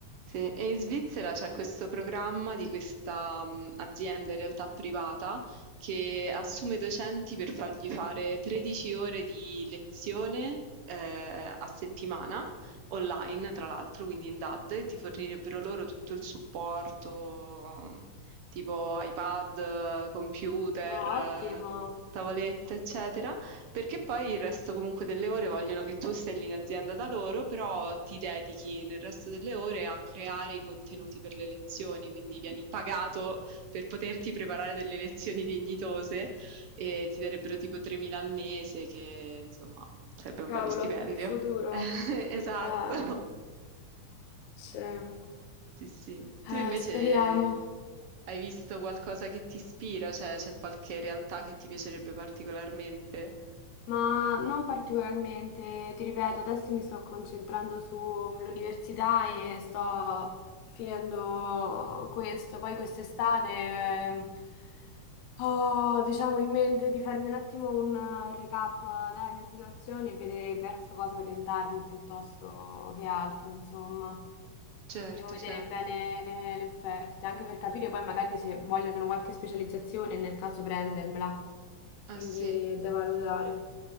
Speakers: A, on the right; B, on the left.
A: Sì, e in Svizzera c'è questo programma di questa mh, azienda in realtà privata che assume docenti per fargli fare 13 ore di lezione eh, a settimana, online tra l'altro, quindi in DAD, e ti fornirebbero loro tutto il supporto, tipo iPad, computer,
B: No,
A: eh,
B: ottimo.
A: tavolette, eccetera. Perché poi il resto comunque delle ore vogliono che tu stai lì in azienda da loro, però ti dedichi nel resto delle ore a creare i contenuti per le lezioni, quindi vieni pagato per poterti preparare delle lezioni dignitose e ti darebbero tipo 3.000 al mese, che insomma sarebbe un
B: Cavolo,
A: bello stipendio.
B: il futuro.
A: <laughs> Esatto.
B: Eh, sì.
A: Sì, sì. Tu
B: Eh,
A: invece
B: speriamo.
A: hai visto qualcosa che ti ispira? Cioè, c'è qualche realtà che ti piacerebbe particolarmente?
B: Ma non particolarmente, ti ripeto, adesso mi sto concentrando sull'università e sto finendo questo. Poi quest'estate ehm, ho, diciamo, in mente di farmi un attimo un recap della mia situazione e vedere verso cosa orientarmi piuttosto che altro, insomma.
A: Certo,
B: Devo vedere
A: certo.
B: bene eh, le offerte, anche per capire poi magari se vogliono qualche specializzazione, nel caso prendermela. Quindi
A: Ah sì.
B: è da valutare.